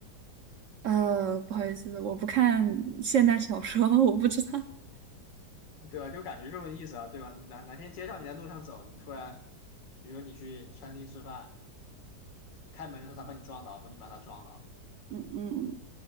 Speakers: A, on the right (about 65°); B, on the left (about 90°).
A: 呃，不好意思，我不看现代小说，<laughs> 我不知道
B: 对吧？就感觉这种意思啊，对吧？哪哪天街上你在路上走，你突然，比如说你去餐厅吃饭，开门的时候他把你撞倒，或你把他撞倒，
A: <laughs>。嗯嗯，